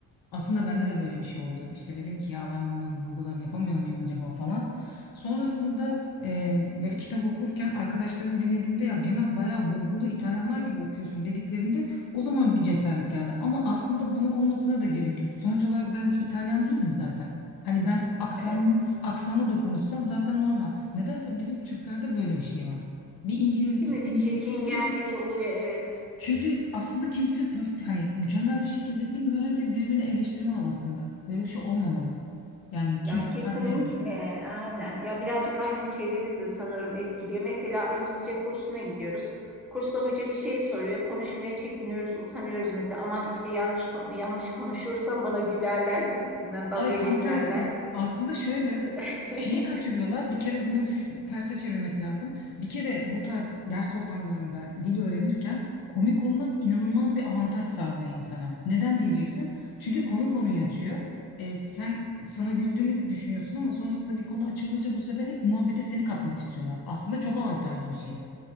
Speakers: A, on the left (about 50°); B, in the centre.
A: aslında bende de böyle bir şey oldu. İşte dedim ki ya ben bunları vurgularını yapamıyor muyum acaba falan. Sonrasında e, böyle kitap okurken arkadaşlarım dinlediğinde ya biraz bayağı vurgulu İtalyanlar gibi okuyorsun dediklerinde o zaman bir cesaret geldi. Ama aslında bunun olmasına da gerek yok. Sonuç olarak ben bir İtalyan değilim zaten. Hani ben aksanlı
B: Evet.
A: aksanlı da konuşsam zaten normal. Nedense bizim Türklerde böyle bir şey var. Bir İngiliz,
B: Değil mi?
A: İngiliz
B: Bir çekingenlik
A: böyle
B: oluyor evet.
A: çünkü aslında kimse pöf, hani mükemmel bir şekilde bilmiyor. Herkes birbirini eleştirme havasında. Böyle bir şey olmamalı. Yani kimsenin
B: Ya kesinlikle
A: haddine değil.
B: aynen. Ya birazcık aynen çevremiz de sanırım etkiliyor. Mesela İngilizce kursuna gidiyoruz. Kursta hoca bir şey soruyor. Konuşmaya çekiniyoruz, utanıyoruz mesela. Aman işte yanlış ko- yanlış konuşursam bana gülerler gibisinden dalga
A: Ay tam
B: geçerler.
A: tersi. Aslında şöyle
B: <laughs>
A: şeyi kaçırıyorlar. Bir kere bunu düş- terse çevirmek lazım. Bir kere bu tarz ders ortamlarında dil öğrenirken komik olmak inanılmaz bir avantaj sağlıyor insana. Neden diyeceksin? Çünkü konu konuyu açıyor. E, sen sana güldüğünü düşünüyorsun ama sonrasında bir konu açılınca bu sefer hep muhabbete seni katmak istiyorlar. Aslında çok avantajlı bir şey.